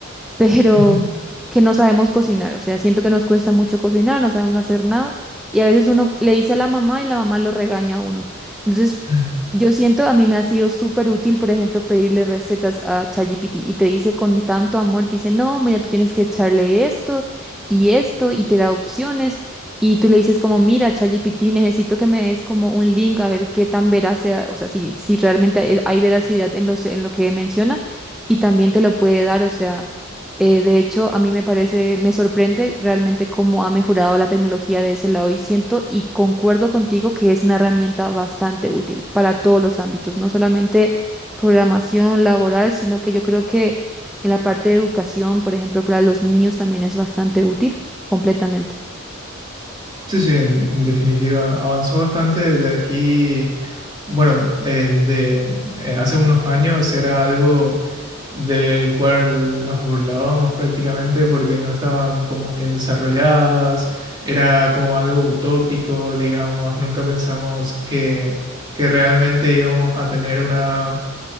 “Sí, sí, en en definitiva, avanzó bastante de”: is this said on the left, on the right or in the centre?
Right